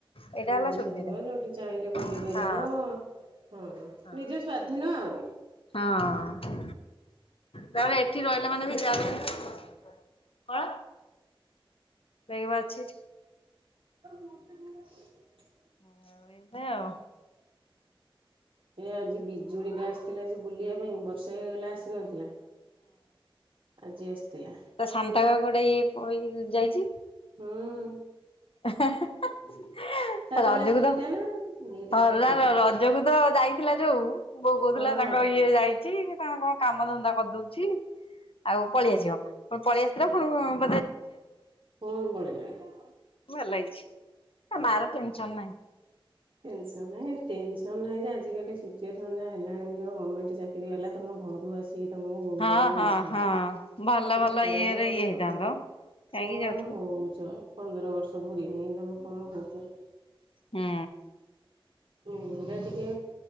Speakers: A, on the left; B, on the right.
A: ଏଇଟା
B: ମନଇଛା
A: ହେଲା ସୁବିଧା
B: ଯିବ ଯୋଉଠି ଚାହିଁଲେ ବୁଲି
A: ହଁ।
B: ପାରିବ। ହଁ
A: ହଁ
B: ନିଜ ସ୍ଵାଧୀନ ଆଉ।
A: ହଁ- ନାଇଁ ଏଠି ରହିଲା ମାନେ ବି ଯାଇ କଣ ବେଗ ବା ଅଛି ଏଠି।
B: ଆଉ ମ ତେ ବୋଉ କରିଥାନ୍ତ।
A: ହଁ ଏମିତି ଆଉ।
B: ଏ ଆଜି ବିଜୁଳିଟା ଆସିଥିଲା ଯେ ବୁଲିବା ପାଇଁ, ବର୍ଷେ ହେଇଗଲା ଆସିନଥିଲା। ଆଜି ଆସିଥିଲା
A: ତା ସାନ୍‌ଟା ବା କୁଆଡେ ଇଏ ପଳେଇଯାଇଛି?
B: ହୁଁ।
A: <unintelligible>
B: ତା
A: ରଜକୁ
B: ତଳେ ଦିଟା
A: ତ
B: ନା ଦିଟା
A: ହେ <unintelligible>
B: ଯାକ ପଳେଇଲା
A: ରଜକୁ ତ ଯାଇ ଥିଲା ଯୋଉ, ବୋଉ କହୁଥିଲା
B: ହଁ
A: ତାଙ୍କର ଇଏ ଯାଇଚି। କଣ କଣ କାମ ଧନ୍ଦା କରିଦଉଚି ଆଉ ପଳେଇଆସିବ, ପୁଣି ପଳେଇ ଆସିଥିଲା ଫୁଣି କଣ
B: ପୁଣି ପଳେଇଲାଣି।
A: ଭଲ ହେଇଛି, ତା ମାର ଟେନ୍‌ସନ୍ ନାହିଁ।
B: ଟେନ୍‌ସନ୍ ନାହିଁ ଟେନ୍‌ସନ୍ ନାହିଁ ଯେ ଆଜି କାଲି ସିଚୁଏସନ୍‌ ଯାହା ହେଲାଣିି, ଯୋ ଗମେଣ୍ଟ ଚାକିରିଆ ବାଲା ତମ ଘରୁ ଆସି କି ତମକୁ ବୋହୁ
A: ହଁ
B: କରିକି
A: ହଁ
B: ନେଇଥାନ୍ତେ।
A: ହଁ ଭଲ
B: ତମେ
A: ଭଲ
B: କଣ
A: ଇଏରେ
B: ଅ
A: ଇଏ ହେଇଥାନ୍ତ କାହିଁକି
B: କଣ
A: ଯାଉଥିବ
B: ହଉଚ ପନ୍ଦର ବର୍ଷ ପୁରିନି, ତମେ କଣ ହଉଚ?
A: ହୁଁ।
B: ହୁଁ। ଏଇଟା ଟିକେ